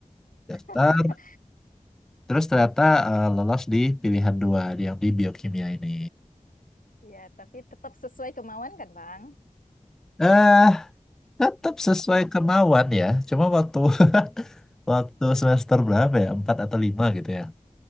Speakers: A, in the centre; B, on the left (about 85°).
A: daftar.
B: <laughs>
A: Terus ternyata eh, lolos di pilihan dua yang di biokimia ini.
B: Iya, tapi tetap sesuai kemauan kan, Bang?
A: Eh, tetap sesuai kemauan ya. Cuma waktu <laughs> waktu semester berapa ya? Empat atau lima gitu ya.